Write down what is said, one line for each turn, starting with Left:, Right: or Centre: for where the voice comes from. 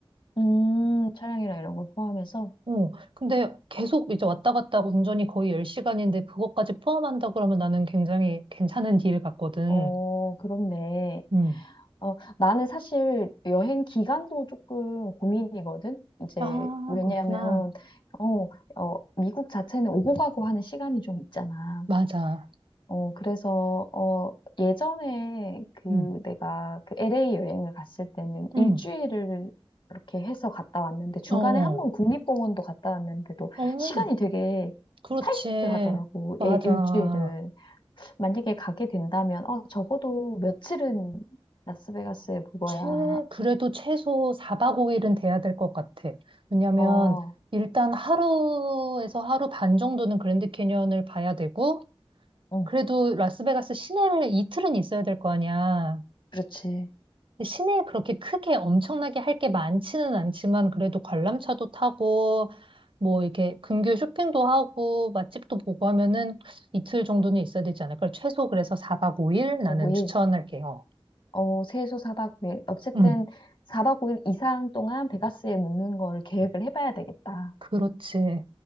Left: 음, 차량이랑 이런 걸 포함해서?
Right: 어, 근데 계속 이제 왔다 갔다 하고 운전이 거의 10시간인데 그것까지 포함한다 그러면 나는 굉장히 괜찮은 딜 같거든.
Left: 어, 그렇네.
Right: 음.
Left: 어, 나는 사실 여행 기간도 조금 고민이거든. 이제
Right: 아,
Left: 왜냐하면
Right: 그렇구나.
Left: 어, 어, 미국 자체는 오고 가고 하는 시간이 좀 있잖아.
Right: 맞아.
Left: 어, 그래서 어, 예전에 그
Right: 음.
Left: 내가 그 LA 여행을 갔을 때는
Right: 음.
Left: 일주일을 이렇게 해서 갔다 왔는데 중간에
Right: 어, 어.
Left: 한 번 국립공원도 갔다 왔는데도
Right: 어,
Left: 시간이 되게
Right: 그렇지.
Left: 타이트하더라고.
Right: 맞아.
Left: 일- 일주일은. 만약에 가게 된다면, 어, 적어도 며칠은 라스베가스에 묵어야,
Right: 최, 그래도 최소 4박 5일은 돼야 될 것 같아. 왜냐면
Left: 어,
Right: 일단 하루에서 하루 반 정도는 그랜드 캐니언을 봐야 되고,
Left: 응,
Right: 그래도 라스베가스 시내를 이틀은 있어야 될 거 아니야.
Left: 그렇지.
Right: 근데 시내에 그렇게 크게 엄청나게 할 게 많지는 않지만, 그래도 관람차도 타고, 뭐 이렇게 근교 쇼핑도 하고, 맛집도 보고 하면은 이틀 정도는 있어야 되지 않을까? 최소 그래서 4박 5일 나는
Left: 5일,
Right: 추천할게요.
Left: 어, 최소 4박 5일. 어쨌든
Right: 음.
Left: 4박 5일 이상 동안 베가스에 묵는 걸 계획을 해봐야 되겠다.
Right: 그렇지.